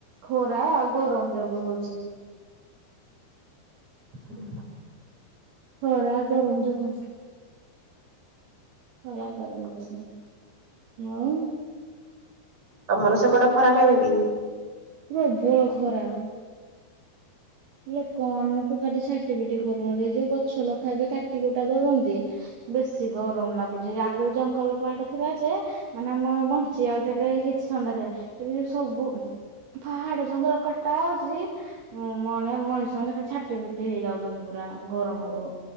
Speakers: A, on the right; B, on the right.
A: ଖରା ଗରମ ଯୋଗୁ ହଉଚି।
B: ହୁଁ।
A: ଖରା ଗରମ ଯୋଗୁ ଖରା ଗରମ କେତେ ଆଉ
B: ତମର ସେପଟେ ଖରା କେମିତି?
A: ପ୍ରବଳ ଖରା। ଲୋକମାନଙ୍କୁ ଖାଲି ଛାଟି ପିଟି କରୁଛନ୍ତି, ଏ ଯୋଉ ଗଛ ଲତା ଏବେ କାଟି କୁଟା ଦଉଛନ୍ତି ବେଶି ଗରମ ଲାଗୁଛି ଆଗୁରୁ ଜଙ୍ଗଲ ପାହାଡ ଥିଲା ଯେ ମାନେ ଆମେ ବଞ୍ଚି ଯାଉଥିଲେ କିଛି ଥଣ୍ଡା ଥିଲା ଏବେ ଯୋଉ ସବୁ ପାହାଡ ଜଙ୍ଗଲ କଟା ହଉଛି ଉଁ ମଣେ ମଣିଷ ମାନେ ଖାଲି ଛାଟି ପିଟି ହେଇ ଯାଉଛନ୍ତି ପୁରା ଗରମକୁ।